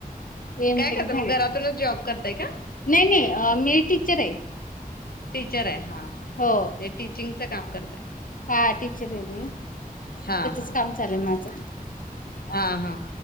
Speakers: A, on the left (about 65°); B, on the left (about 80°).
A: एमटेक
B: काय करता
A: झाले
B: मग घरातूनच जॉब करताय का
A: नाही नाही अ मी टीचर आहे.
B: टीचर आहे हा हा
A: हो
B: हे टीचिंगचं काम करताय.
A: हा टीचर आहे मी
B: हा
A: त्याचंच
B: हा हा
A: काम चालुय माझं.
B: हा हा